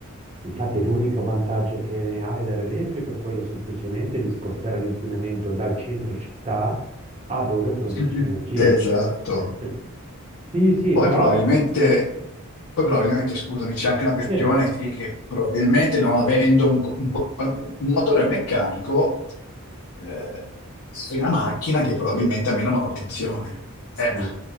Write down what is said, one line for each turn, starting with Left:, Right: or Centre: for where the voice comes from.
Right: Infatti l'unico vantaggio che ne hai dall'elettrico è quello semplicemente di spostare l'inquinamento dal centro città a dove produce
Left: <laughs>
Right: energia.
Left: Esatto.
Right: <laughs> Sì, sì,
Left: Poi
Right: però...
Left: probabilmente, poi probabilmente, scusami, c'è anche una questione
Right: sì.
Left: sì, che probabilmente non avendo un, un- un motore meccanico, eh, sei una macchina che probabilmente ha meno manutenzione. Eh,
Right: Mm,